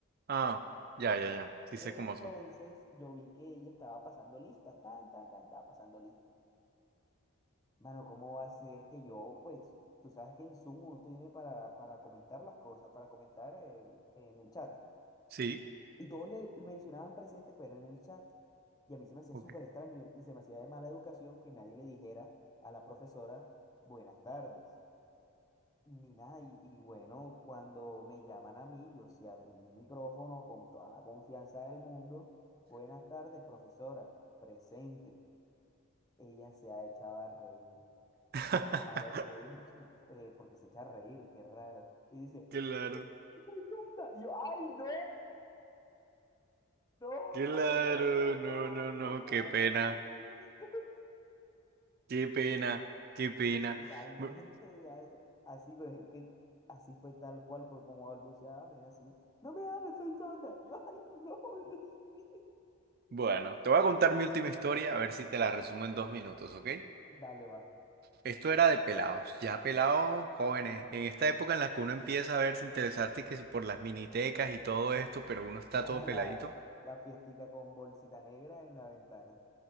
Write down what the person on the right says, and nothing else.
Ah, ya, ya, ya. Sí
sé cómo son.
Sí,
ok.
<laughs>
Claro,
claro,
no,
no, no,
qué pena.
Qué pena, qué pena.
Bu-
Bueno, te voy a contar mi última historia, a ver si te la resumo en dos minutos, ¿ok?
Esto era de pelados, ya pelados jóvenes. En esta época en la que uno empieza a verse interesarte que si por las minitecas y todo esto, pero uno está
todo
peladito.